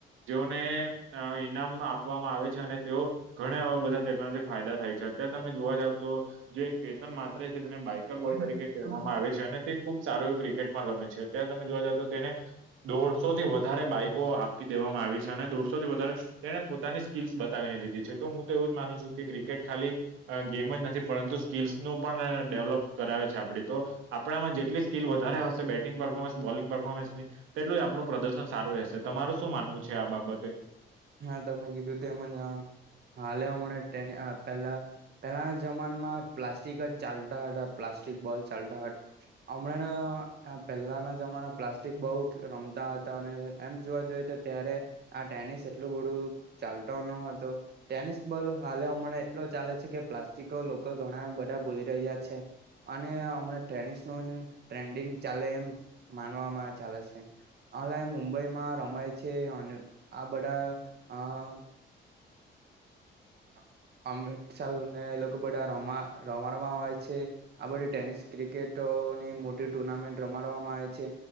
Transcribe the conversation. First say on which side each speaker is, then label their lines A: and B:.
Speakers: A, on the right; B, on the right.
A: જેઓને અ ઈનામ આપવામાં આવે છે અને તેઓ ઘણા એવા બધા તેમનાથી ફાયદા થાય છે અત્યારે તમે જોવા જાવ તો જે કેતન માત્રે છે તેને બાઈક ક્રિકેટ બોય તરીકે કહેવામાં આવે છે અને તે ખુબ સારું એવું ક્રિકેટમાં રમે છે અત્યારે તમે જોવા જઓ તો તેને દોઢસો થી વધારે બાઈકો આપી દેવામાં આવી છે અને દોઢસો થી વધારે તેણે પોતાની સ્કિલ્સ બતાવીને દીધી છે તો હું તો એવું જ માનું છું કે ક્રિકેટ ખાલી આ ગેમ જ નથી પરંતુ સ્કીલ્સ નું પણ અ ડેવલોપ કરાવે છે આપડી તો આપણામાં જેટલી સ્કીલ વધારે હશે બેટિંગ પરફોર્મન્સ બોલિંગ પરફોમન્સની તેટલું જ આપણું પ્રદર્શન સારું રહેશે તમાર શું માનવું છે આ બાબતે?
B: હા તમે કીધું તેમજ હા એ હાલે ટેન અ પહેલા પેલાના જમાનામાં પ્લાસ્ટિક જ ચાલતા હતા પ્લાસ્ટિક બોલ ચાલતા હતા. હમણાં પહેલાના જમાના પ્લાસ્ટિક બહુ રમતા હતા અને એમ જોવા જોઈએ તો ત્યારે આ ટેનીસ નું ચાલતો ન હતો ટેનિસ બોલ હાલે હમ એટલો ચાલે છે કે પ્લાસ્ટિક લોકો લોકો ઘણા બધા ભૂલી રહ્યા છે. અને હમણાં ટેનિસ ન ટ્રેન્ડિંગ ચાલે એમ. માનવામાં ચાલે છે હલે મુંબઈમાં રમાય છે અને આ બધા હા. અ અમૃતસર ને એ લોકો બધા રમા રમાડવામાં આવે છે. આ બધી ટેનિસ ક્રિકેટોની મોટી ટુર્નામેન્ટ રમાડવામાં આવે છે.